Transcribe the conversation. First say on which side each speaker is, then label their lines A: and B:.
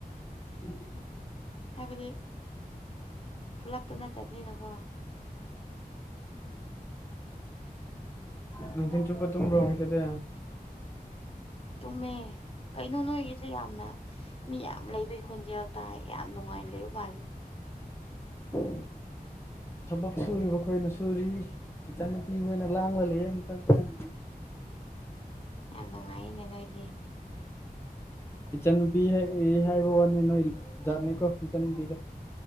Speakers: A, on the left (about 15°); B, on the left (about 35°).
A: ꯎ
B: ꯍꯥꯏꯕꯗꯤ ꯄꯨꯂꯞꯇ ꯅꯠꯇꯕꯅꯤꯅꯀꯣ
A: ꯅꯪ ꯊꯤꯟ ꯆꯨꯞꯄ ꯇꯨꯝꯃ꯭ꯔꯣ ꯍꯪꯁꯤꯗꯦ
B: ꯇꯨꯃꯦ ꯀꯩꯅꯣ ꯅꯣꯏꯒꯤꯁꯨ ꯌꯥꯝꯅ ꯃꯤ ꯌꯥꯝ ꯂꯩꯕꯩ ꯈꯣꯟꯖꯦꯜ ꯇꯥꯏ ꯌꯥꯝ ꯅꯨꯡꯉꯥꯏꯅ ꯂꯩꯕ ꯃꯥꯜꯂꯤ
A: ꯑꯣ ꯊꯕꯛ ꯁꯨꯔꯤꯕ ꯑꯩꯈꯣꯏꯅ ꯁꯨꯔꯤ ꯏꯆꯟꯅꯨꯄꯤ ꯑꯣꯏꯅ ꯂꯥꯡꯂ ꯂꯩꯑꯦ ꯃꯇꯁ <unintelligible>
B: ꯌꯥꯝ ꯅꯨꯡꯉꯥꯏꯅꯦ ꯅꯣꯏꯗꯤ
A: ꯎ ꯏꯆꯥ ꯅꯨꯨꯄꯤ ꯍꯥꯏꯕ ꯋꯥꯅꯤ ꯅꯣꯏ ꯖꯥꯠꯅꯤꯀꯣ ꯏꯆꯥꯟꯅꯨꯄꯤꯗ